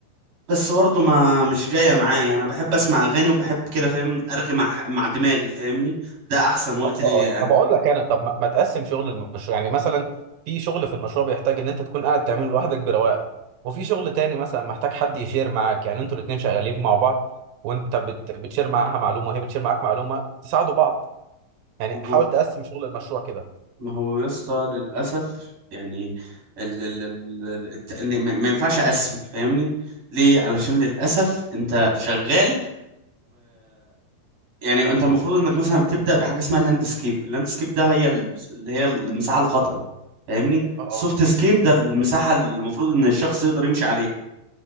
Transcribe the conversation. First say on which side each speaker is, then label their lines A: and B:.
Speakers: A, on the right; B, on the right.
A: بس برضه ما مش جاية معايا انا بحب اسمع اغاني وبحب كده فاهم ارغي مع مع دماغي فاهمني ده احسن وقت
B: اه
A: ليا
B: اه
A: يعني
B: طب اقول لك انا طب ما ما تقسم شغل المشروع يعني مثلا في شغل في المشروع بيحتاج ان انت تكون قاعد تعمله لوحدك برواقه وفي شغل تاني مثلا محتاج حد يشير معاك يعني انتوا الاتنين شغالين مع بعض وانت بت... بتشير معاها معلومه وهي بتشير معاك معلومه تساعدوا بعض يعني
A: ما
B: حاول
A: هو
B: تقسم شغل المشروع كده
A: ما هو يا اسطى للاسف يعني ال ال ال ال- الت- إن ما ما ينفعش اقسم فاهمني ليه علشان للاسف انت شغال يعني انت المفروض انك مثلا بتبدا بحاجه اسمها اللاند سكيب اللاند سكيب ده هي ال- اللي هي المساحه الخضراء فاهمني
B: اه
A: السوفت
B: اه
A: سكيب ده المساحه اللي المفروض ان الشخص يقدر يمشي عليها